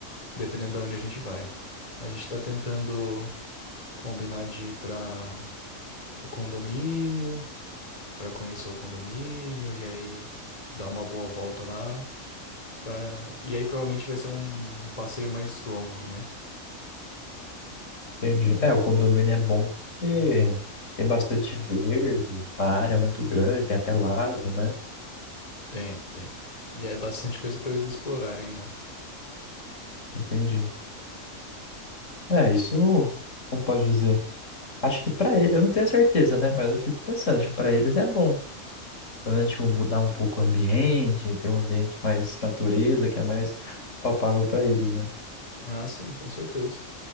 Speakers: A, on the left; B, on the left.
A: dependendo de onde a gente vai. A gente tá tentando combinar de ir para pro condomínio, pra conhecer o condomínio e aí dar uma boa volta lá, pra... e aí provavelmente vai ser um um passeio mais longo, né?
B: Entendi. É, o condomínio é bom porque tem bastante verde, a área é muito grande, tem até lago, né?
A: Tem, tem. E é bastante coisa pra eles explorarem, né?
B: Entendi. É, isso, como pode dizer? Acho que pra ele, eu não tenho certeza, né? Mas eu fico pensando, acho que pra eles é bom. Pelo menos, tipo, mudar um pouco o ambiente, ter um ambiente mais natureza, que é mais palpável pra eles, né?
A: Ah, sim, com certeza.